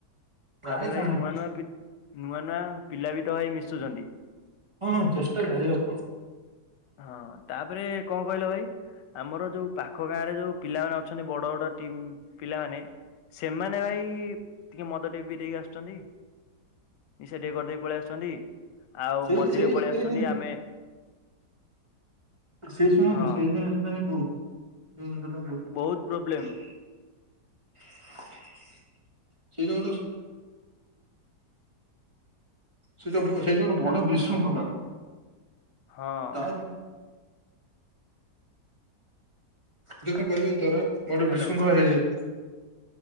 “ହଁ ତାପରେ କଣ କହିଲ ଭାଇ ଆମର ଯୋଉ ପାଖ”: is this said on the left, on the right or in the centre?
Left